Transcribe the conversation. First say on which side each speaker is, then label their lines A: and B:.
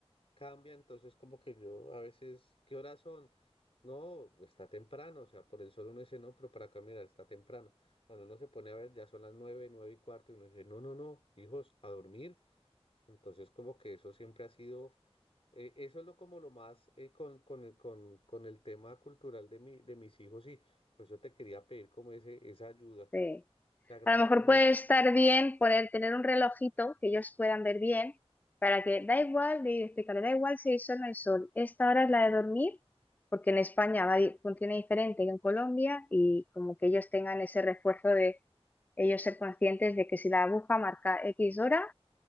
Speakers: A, on the left; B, on the left.
A: cambia, entonces como que yo a veces, ¿qué horas son? No, está temprano, o sea, por el sol uno dice, no, pero para caminar está temprano. Cuando uno se pone a ver, ya son las nueve, nueve y cuarto, y uno dice, no, no, no, hijos, a dormir. Entonces como que eso siempre ha sido, eh, eso es lo como lo más eh, con, con, el- con, con el tema cultural de mi, de mis hijos, y por eso te quería pedir como ese, esa ayuda.
B: sí.
A: Te agradezco
B: A lo mejor
A: mucho.
B: puede estar bien poner, tener un relojito que ellos puedan ver bien, para que da igual, de explicarle, da igual si hay sol o no hay sol. Esta hora es la de dormir, porque en España va, di- funciona diferente que en Colombia, y como que ellos tengan ese refuerzo de ellos ser conscientes de que si la aguja marca X hora,